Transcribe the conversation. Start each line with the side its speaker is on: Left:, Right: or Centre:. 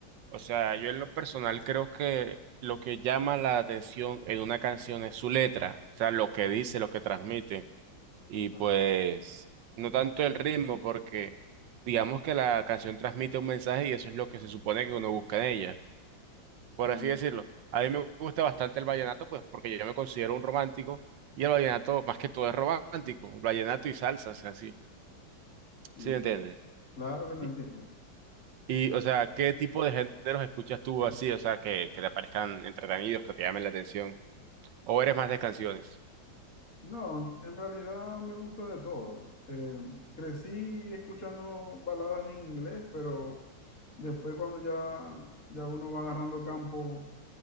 Right: o sea, yo en lo personal creo que lo que llama la atención en una canción es su letra, o sea, lo que dice, lo que transmite. y
Left: Claro,
Right: pues no tanto el ritmo, porque digamos que la canción transmite un mensaje y eso es lo que se supone que uno busca en ella, por
Left: sí,
Right: así decirlo. A mí me gusta bastante el vallenato, pues porque yo me considero un romántico y el vallenato más que todo es romántico, el vallenato y salsas, así, ¿sí
Left: sí,
Right: sí me entiendes?
Left: claro que te
Right: Y,
Left: entiendo.
Right: y, o sea,
Left: Yo-
Right: ¿qué tipo de géneros escuchas tú así, o sea, que, que te parezcan entretenidos, que te llamen la atención? ¿O eres más de canciones?
Left: No, en realidad me gusta de todo. Eh, crecí escuchando baladas en inglés, pero después cuando ya, ya uno va agarrando campo